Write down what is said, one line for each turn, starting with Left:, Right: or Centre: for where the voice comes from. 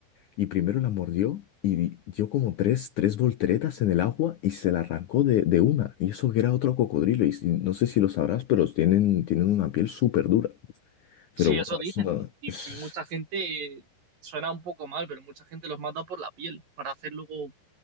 Left: y primero la mordió y di- dio como tres, tres volteretas en el agua y se la arrancó de, de una. Y eso que era otro cocodrilo y si- no sé si lo sabrás, pero tienen, tienen una piel súper dura.
Right: Sí,
Left: Pero bueno,
Right: eso dicen.
Left: es una-
Right: Y,
Left: es-
Right: y mucha gente, eh, suena un poco mal, pero mucha gente los mata por la piel, para hacer luego